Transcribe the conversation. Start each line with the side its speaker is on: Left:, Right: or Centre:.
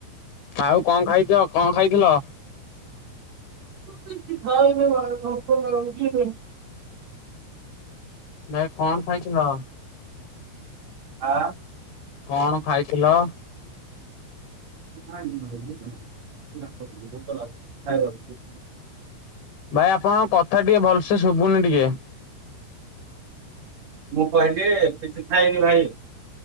Left: ଆଉ କଣ ଖାଇଛ? କଣ ଖାଇଥିଲ?
Right: କିଛି ଖାଇନି ଭାଇ ଭୋକ ଲାଗୁଛି ଆଉ
Left: ଭାଇ କଣ ଖାଇଥିଲ?
Right: ଆ
Left: କଣ ଖାଇଥିଲ?
Right: <inaudible>
Left: ଭାଇ ଆପଣଙ୍କ କଥା ଟିକେ ଭଲସେ ଶୁଭୁନି ଟିକେ।
Right: ମୁଁ କହିଲି କିଛି ଖାଇନି ଭାଇ।